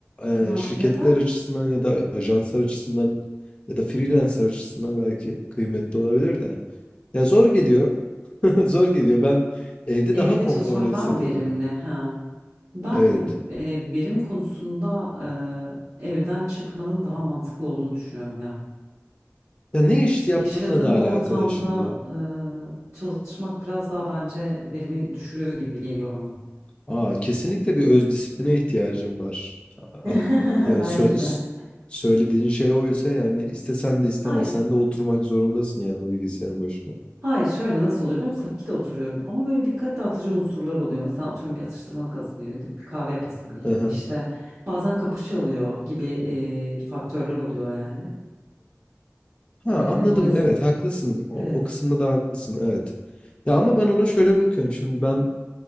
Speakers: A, on the left; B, on the right.
A: Ee,
B: ha
A: şirketler
B: neden?
A: açısından ya da ajanslar açısından ya da freelancer açısından belki kıymetli olabilir de. Ya zor geliyor. <laughs> Zor geliyor. Ben evde
B: Evde
A: daha konforlu
B: çalışmak
A: hissediyorum.
B: daha mı verimli? Ha. Ben
A: Evet.
B: e, verim konusunda e, evden çıkmanın daha mantıklı olduğunu düşünüyorum ya.
A: Ya ne iş yaptığınla
B: Yaşadığın
A: da alakalı
B: ortamda
A: şimdi.
B: e, çalışmak biraz daha bence verimi düşürüyor gibi geliyor bana.
A: Aa, kesinlikle bir öz disipline ihtiyacım var. A-
B: <laughs>
A: a- Yani
B: Belki
A: söz,
B: de.
A: söylediğin şey oysa yani istesen de istemesen
B: Hayır. <clears throat>
A: de oturmak zorundasın yani o bilgisayarın başına.
B: Hayır şöyle nasıl oluyor biliyor musun? Tabii ki de oturuyorum ama böyle dikkat dağıtıcı unsurlar oluyor. Mesela atıyorum bir atıştırmalık asım geliyor, gidip bir kahve yapasım geliyor.
A: Hı hı,
B: İşte bazen kapışı alıyor gibi e, faktörler oluyor yani.
A: Ha
B: E,
A: anladım
B: dolayısıyla
A: evet haklısın o,
B: evet.
A: o kısımda da haklısın evet. Ya ama ben ona şöyle bakıyorum şimdi ben